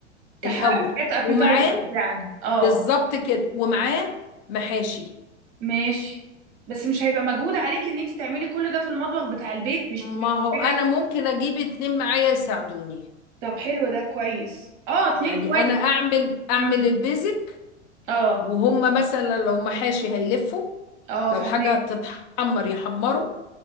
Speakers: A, on the right; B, on the left.
A: كحاجات
B: الأول
A: ابيتايزر
B: ومعاه
A: يعني اه
B: بالظبط كده ومعاه محاشي
A: ماشي بس مش هيبقى مجهود عليك ان انت تعملي كل ده في المطبخ بتاع البيت مش هتبقى
B: ما هو
A: حاجه
B: أنا ممكن أجيب اتنين معايا يساعدوني
A: طب حلو ده كويس اه اتنين
B: يعني
A: كويس
B: أنا أعمل أعمل
A: مم.
B: البيزك
A: اه
B: وهم مثلا لو محاشي هيلفوا
A: اه فهماكي
B: لو حاجة هتتحمر يحمروا